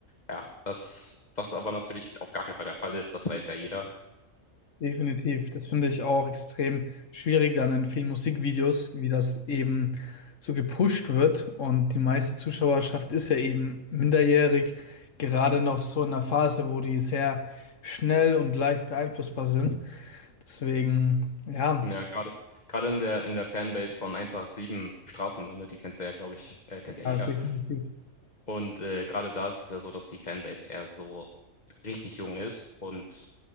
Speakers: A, on the left (about 35°); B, on the left (about 70°).
A: Ja, dass das aber natürlich auf gar keinen Fall der Fall ist, das weiß ja jeder.
B: definitiv. Das finde ich auch extrem schwierig dann in vielen Musikvideos, wie das eben so gepusht wird. Und die meiste Zuschauerschaft ist ja eben minderjährig, gerade noch so in einer Phase, wo die sehr schnell und leicht beeinflussbar sind. Deswegen, ja,
A: Ja, gerade gerade in der in der Fanbase von 187 Straßenbande, die kennst du ja, glaube ich äh, kennt ja jeder.
B: ja, definitiv.
A: Und, äh, gerade da ist es ja so, dass die Fanbase eher so richtig jung ist und